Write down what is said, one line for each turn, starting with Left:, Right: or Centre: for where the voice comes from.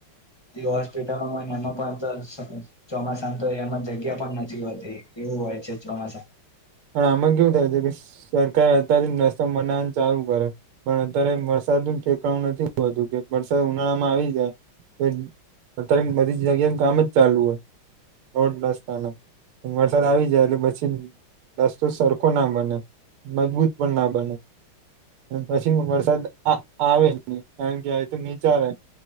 Left: <inaudible> હોસ્પિટલોમાં એમાં પણ ચોમાસા તો એમાં જગ્યા પણ નથી હોતી એવું હોય છે ચોમાસા
Right: પણ આમાં કેવું થાય કે સરકાર અત્યારે રસ્તા બનાવ ચાલુ કરે પણ અત્યારે વરસાદનું ઠેકાણું નથી હોતું કે વરસાદ ઉનાળામાં આવી જાય તો અત્યારે બધી જગ્યાનું કામ જ ચાલુ હોય રોડ રસ્તાના વરસાદ આવી જાય એટલે પછી રસ્તો સરખો ના બને મજબૂત પણ ના બને પછી વરસાદ આ આવે જ નહી કારણ કે આ તો વિચારે